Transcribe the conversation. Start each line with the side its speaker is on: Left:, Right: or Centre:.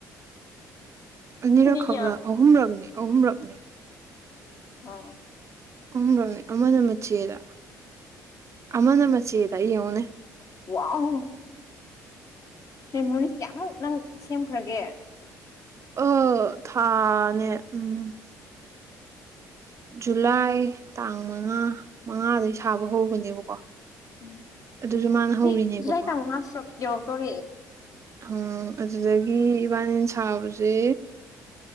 Right: ꯑꯅꯤꯔꯛ
Left: ꯅꯤꯡ
Right: ꯈꯛꯅ
Left: ꯌꯥꯝ
Right: ꯑꯍꯨꯝꯂꯛꯅꯤ ꯑꯍꯨꯝꯂꯛꯅꯦ
Left: ꯑꯥ
Right: ꯎꯨꯝꯔꯣꯅꯦ ꯑꯃꯅ ꯃꯆꯦꯗ ꯑꯃꯅ ꯃꯆꯦꯗ ꯌꯦꯡꯉꯨꯅꯦ
Left: ꯋꯥꯎ ꯃꯦꯃꯣꯔꯤꯁ ꯀꯌꯥꯃꯨꯛ ꯅꯪ ꯁꯦꯝꯈ꯭ꯔꯒꯦ
Right: ꯑ ꯊꯅꯦ ꯎꯝ ꯖꯨꯂꯥꯏ ꯇꯥꯡ ꯃꯉꯥ ꯃꯉꯥꯗꯒꯤ ꯁꯥꯕ ꯍꯧꯕꯅꯦꯕꯀꯣ
Left: <unintelligible>
Right: ꯑꯗꯨꯁꯨ ꯃꯥꯅ ꯍꯧꯔꯤꯅꯦꯕꯀꯣ
Left: ꯖꯨꯂꯥꯏ ꯇꯥꯡ ꯃꯉꯥ ꯌꯧꯔꯛꯇꯣꯔꯦ
Right: ꯎꯝ ꯑꯗꯨꯗꯒꯤ ꯏꯕꯥꯅꯤ ꯁꯥꯕꯁꯦ